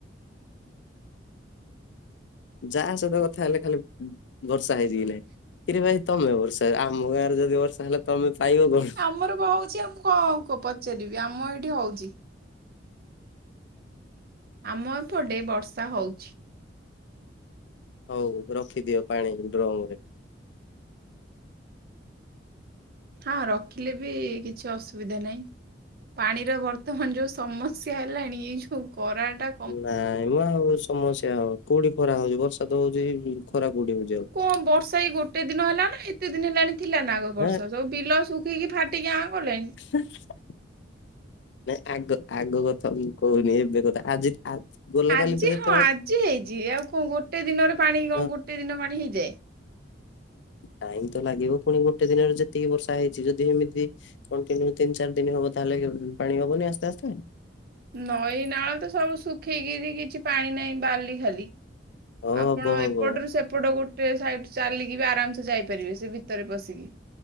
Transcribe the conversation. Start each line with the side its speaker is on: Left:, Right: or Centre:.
Left: ଯାହା ସହିତ କଥା ହେଲେ ଖାଲି ବର୍ଷା ହେଇଛି କି ନାଇଁ ଇରେ ଭାଇ ତମେ ବର୍ଷା ଆମ ଗାଁରେ ଯଦି ବର୍ଷା ହେଲା ତମେ ପାଇବ କଣ?
Right: ଆମର ବା ହଉଛି ଆଉ ମୁଁ କଣ ଆଉ କଣ ପଚାରିବି ଆମ ଏଇଠି ହଉଛି। ଆମ ଏପଟେ ବର୍ଷା ହଉଛି।
Left: ହଉ ରଖିଦିଅ ପାଣି ଡ୍ରମ ରେ।
Right: ହଁ ରଖିଲେ ବି କିଛି ଅସୁବିଧା ନାହିଁ ପାଣିର ବର୍ତ୍ତମାନ ଯୋଉ ସମସ ସମସ୍ୟା ହେଲାଣି ଏଇ ଯୋଉ ଖରାଟା
Left: ନାଇଁ ମ ଆଉ ସମସ୍ୟା ହବ କୋଉଠି ଖରା ହଉଛି ବର୍ଷା ତ ହଉଛି ହେଇ ଖରା କୋଉଠି ହଉଛି। ଆଉ।
Right: କଣ ବର୍ଷା ଏଇ ଗୋଟେ ଦିନ ହେଲା ନା ଏତେ ଦିନ ହେଲାଣି ଥିଲା ନା ଆଗ ବର୍ଷା
Left: ହେଁ
Right: ସବୁ ବିଲ ଶୁଖିକି ଫାଟିକି ଆଁ କଲାଣି।
Left: ଫୁସୁର୍ ଫୁସୁର୍। ନାଇଁ ଆଗ କଥା ଆଗ କଥା ମୁଁ କହୁନି ଏବେ କଥା ଆଜି ଆ ଗଲା
Right: ଆଜି
Left: କାଲି ତ ଯେତେ
Right: ହଁ ଆଜି ହେଇଛି ଆଉ କଣ ଗୋଟେ ଦିନରେ ପାଣି
Left: ହଁ
Right: କଣ ଗୋଟେ ଦିନ ପାଣି ହେଇଯାଏ।
Left: ଟାଇମ ତ ଲାଗିବ ପୁଣି ଗୋଟେ ଦିନରେ ଯେତିକି ବର୍ଷା ହେଇଛି ଯଦି ଏମିତି କଣ୍ଟିନ୍ୟୁ ତିନି ଚାରି ଦିନ ହବ ତାହଲେ ପାଣି ହବନି ଆସ୍ତେ ଆସ୍ତେ।
Right: ନଈ ନାଳ ତ ସବୁ ଶୁଖିକିରି କିଛି ପାଣି ନାହିଁ ବାଲି ଖାଲି।
Left: ହଉ
Right: ଆପଣ
Left: ହବ ହବ
Right: ଏପଟରୁ ସେପଟ ଗୋଟେ ସାଇଡ଼ ଚାଲିକି ବି ଆରାମ ସେ ଯାଇପାରିବେ ସେ ଭିତରେ ପଶିକି।